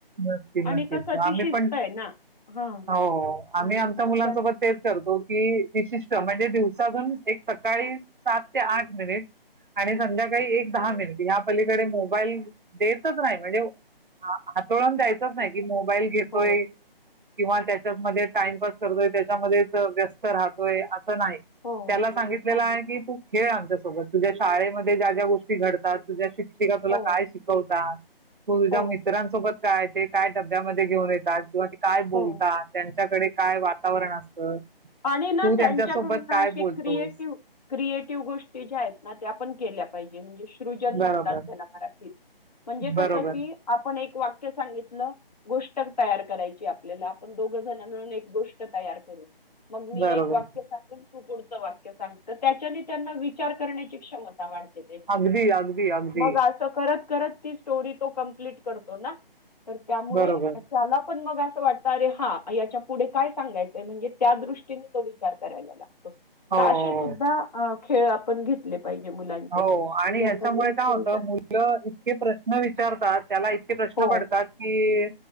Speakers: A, on the right (about 55°); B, on the left (about 45°).
A: नक्की
B: आणि
A: नक्कीच
B: कसं ती
A: आम्ही
B: शिस्त
A: पण
B: आहे ना हां.
A: हो
B: आणि
A: आम्ही आमच्या मुलांनसोबत
B: त्या
A: तेच करतो की विशिष्ट म्हणजे दिवसातून एक सकाळी सात ते आठ मिनिट आणि संध्याकाळी एक दहा मिनिट या पलीकडे मोबाईल देतच नाही म्हणजे हातोळून द्यायचच नाही की मोबाईल घेतोय
B: हो,
A: किंवा त्याच्यामध्ये टाइमपास करतोय त्याच्यामध्येच व्यस्त राहतोय नाही
B: हो,
A: त्याला सांगितलेलं
B: हो,
A: आहे की तू खेळ आमच्यासोबत तुझ्या शाळेमध्ये ज्या ज्या गोष्टी घडतात तुझ्या शिकषिका तुला
B: हो,
A: काय शिक तू <unintelligible> तुझ्या
B: हो.
A: मित्रांसोबत काय ते काय डब्यामध्ये घेऊन येतात किंवा ते काय बोलता
B: हो
A: त्यांच्याकडे काय वातावरण असतं
B: आणि ना
A: तू
B: त्यांच्याकडून
A: त्यांच्यासोबत
B: अ
A: काय
B: <unintelligible>
A: बोलतोस
B: क्रिएटिव्ह क्रिएटिव्ह गोष्टी ज्या आहेत ना त्या पण केल्या पायजे म्हणजे सृजन
A: बरोबर
B: <unintelligible> म्हणतात त्याला मराठीत म्हणजे
A: बरोबर
B: कस की आपण ऐक वाक्य सांगितलं गोष्टर तयार करायची आपल्याला आपण दोघ जण मिळून एक गोष्ट तयार करू मग मी
A: बरोबर
B: एक वाक्य सांगेन तू पुढचं वाक्य सांगत त्याच्यानी त्यांना विचार करण्याची क्षमता वाढते त्याची
A: अगदी अगदी अगदी
B: गावच करता ती स्टोरी तो कंपलिट करतो ना तर त्यामुळे
A: बरोबर
B: <unintelligible> पण मग असं वाटतं अरे हा याच्या पुढे काय सांगायचंय म्हणजे त्या दृष्टीने तो विचार करायला लाग
A: हो
B: तर
A: हो
B: असे सुध्दा खेळ आपण घेतले पाहिजे मुलांचे
A: हो
B: ज्याच्यातून
A: आणि ह्याच्यामुळे
B: सृजन
A: काय होत मुलं इतके प्रश्न विचारतात त्याला इतके प्रश्न
B: हो
A: पडतात का की